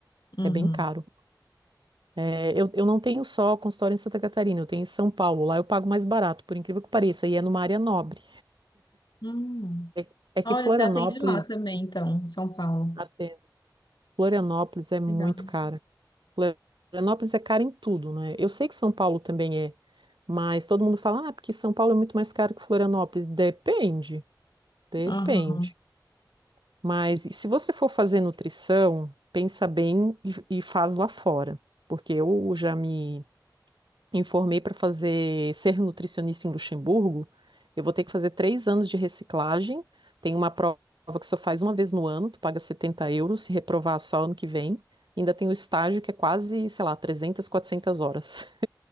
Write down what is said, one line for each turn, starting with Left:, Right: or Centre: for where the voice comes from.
Left: Uhum.
Right: É bem caro. É, eu, eu não tenho só consultório em Santa Catarina, eu tenho em São Paulo. Lá eu pago mais barato, por incrível que pareça, e é numa área nobre.
Left: Hum.
Right: É, é
Left: Olha,
Right: que Florianópolis,
Left: você atende lá também, então, em São Paulo.
Right: até, Florianópolis é muito
Left: Legal.
Right: cara. Florianópolis é cara em tudo, né? Eu sei que São Paulo também é, mas todo mundo fala, ah, porque São Paulo é muito mais caro que Florianópolis. Depende, depende.
Left: Aham.
Right: Mas se você for fazer nutrição, pensa bem e, e faz lá fora. Porque eu já me me formei para fazer ser nutricionista em Luxemburgo, eu vou ter que fazer três anos de reciclagem. Tem uma prova que só faz uma vez no ano, tu paga 70 euros, se reprovar só ano que vem. Ainda tem o estágio que é quase, sei lá, trezentas, quatrocentas horas.